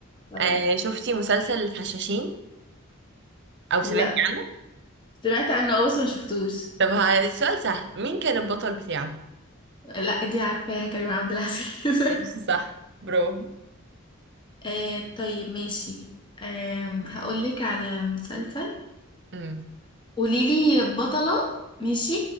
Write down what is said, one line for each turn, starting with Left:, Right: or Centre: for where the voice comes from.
Left: خلاص
Right: أه شفتي مسلسل الحشاشين او سمعتي
Left: لا
Right: عنه
Left: سمعت عنه اه بس ما شفتوش
Right: طب ه- السؤال سهل مين كان البطل بتاعه
Left: لا دي عارفاها كريم عبد العزيز <laughs>
Right: ماشي صح برافو
Left: آه طيب ماشي آه هقولك على مسلسل
Right: مم.
Left: قوليلي بطلة ماشي